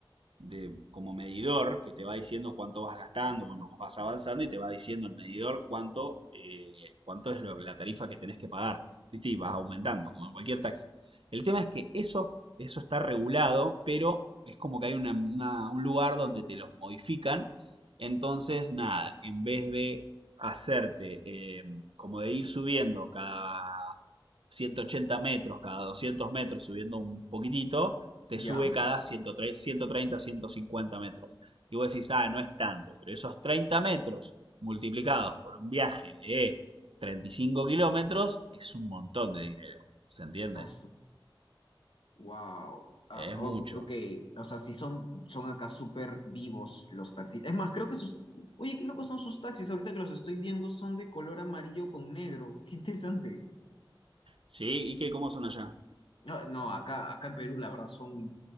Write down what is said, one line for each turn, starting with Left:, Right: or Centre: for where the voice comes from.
Right: de, como medidor que te va diciendo cuánto vas gastando, bueno, vos vas avanzando y te va diciendo el medidor cuánto, eh, cuánto es lo- la tarifa que tenés que pagar, ¿viste? Y vas aumentando, como en cualquier taxi. El tema es que eso, eso está regulado, pero es como que hay una- una- un lugar donde te los modifican. Entonces, nada, en vez de hacerte eh, como de ir subiendo cada 180 metros, cada 200 metros, subiendo un poquitito, te
Left: ya.
Right: sube cada 130, 130, 150 metros. Y vos decís, ah, no es tanto, pero esos 30 metros multiplicados por un viaje de 35 kilómetros es un montón de dinero, ¿se entiende?
Left: Ah, Wow. Ah,
Right: Es
Left: o-
Right: mucho.
Left: ok, o sea, sí son, son acá súper vivos los taxis. Es más, creo que sus... Oye, qué locos son sus taxis. Ahorita que los estoy viendo son de color amarillo con negro. Qué interesante.
Right: ¿Sí? ¿Y qué, cómo son allá?
Left: No, no, acá, acá en Perú la verdad son